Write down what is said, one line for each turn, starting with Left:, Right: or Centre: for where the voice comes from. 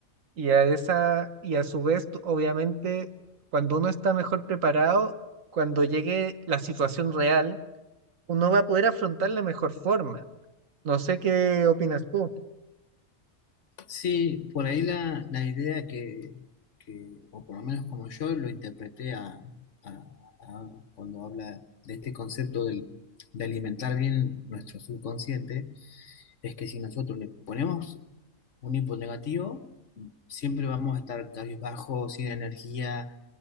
Right: Y a esa, y a su vez, tú- obviamente, cuando uno está mejor preparado, cuando llegue la situación real, uno va a poder afrontar de mejor forma. No sé qué opinas tú.
Left: Sí, por ahí la, la idea que, que, o por lo menos como yo lo interpreté a, a- a cuando habla de este concepto del- de alimentar bien nuestro subconsciente, es que si nosotros le ponemos un hipo negativo, siempre vamos a estar cabizbajo, sin energía,